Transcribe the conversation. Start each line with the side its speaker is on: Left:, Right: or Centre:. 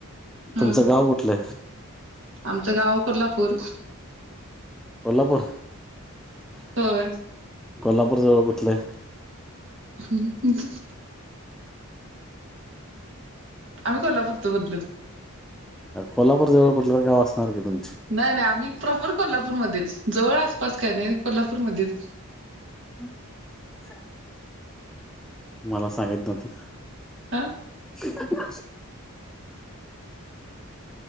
Right: हम्म
Centre: तुमचं गाव कुठलंय?
Right: आमचं गाव कोल्हापूर.
Centre: कोल्हापूर. <inaudible>
Right: होय.
Centre: कोल्हापूर जवळ कुठलं?
Right: हम्म. आम्ही कोल्हापूरत बदलूत.
Centre: कोल्हापूर जवळ कुठलं तर गाव असणार की तुमची?
Right: नाही नाही आम्ही प्रॉफर कोल्हापूरमध्येच जवळ आसपास काही नाही कोल्हापूरमध्येच.
Centre: हम् स <unintelligible> मला सांगित नवत.
Right: ह
Centre: <unintelligible>